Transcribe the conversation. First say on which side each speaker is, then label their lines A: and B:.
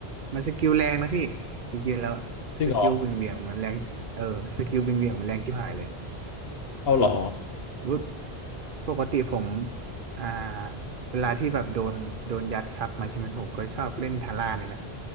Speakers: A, on the right (about 55°); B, on the left (about 70°).
A: มันสกิลแรงนะพี่จริงๆแล้ว
B: จริงเหรอ
A: สกิลวิ่งเหวี่ยงมันแรงเออสกิลวิ่งเหวี่ยงมันแรงชิบหายเลย
B: เอาเหรอ
A: วุฒปกติผมอ่าเวลาที่แบบโดนโดนยัดซับมาใช่ไหมผมก็ชอบเล่นทาร่านี่แหละ